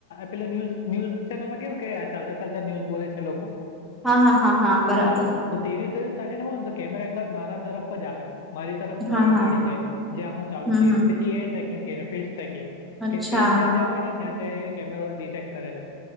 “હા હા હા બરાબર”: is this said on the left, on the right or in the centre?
Centre